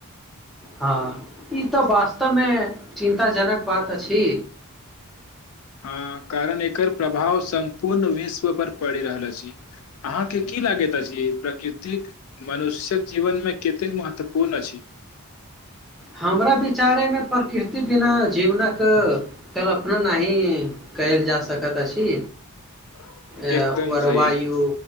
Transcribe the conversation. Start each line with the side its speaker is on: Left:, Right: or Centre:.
Centre: हँ ई तऽ वास्तवमे चिन्तााजनक बात अछि
Left: <inaudible> हँ कारण एकर प्रभाव सम्पूर्ण विश्व पर पड़ि रहल अछि अहाँके की लागैत अछि ई प्रकृतिक मनुष्यक जीवनमे कतेक महत्वपूर्ण अछि <inaudible>
Centre: हमरा विचारे मे प्रकृति बिना जीवनक कल्पना नहि कैल जा सकत अछि
Left: <inaudible>
Centre: आओर
Left: एकदम सही
Centre: वायु